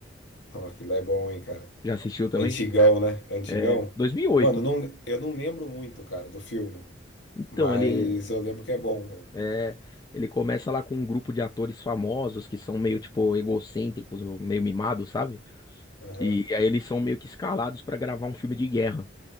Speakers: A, on the left; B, on the left.
A: Ó, aquilo é bom, hein, cara?
B: Já assistiu também?
A: É Antigão, né? É Antigão.
B: É, 2008.
A: Mano, eu não, eu não lembro muito, cara, do filme,
B: Então,
A: mas
B: ele
A: eu lembro que é bom, velho.
B: é, ele começa lá com um grupo de atores famosos que são meio tipo egocêntricos, meio mimados, sabe?
A: Aham,
B: E, aí eles são meio que escalados pra gravar um filme de guerra.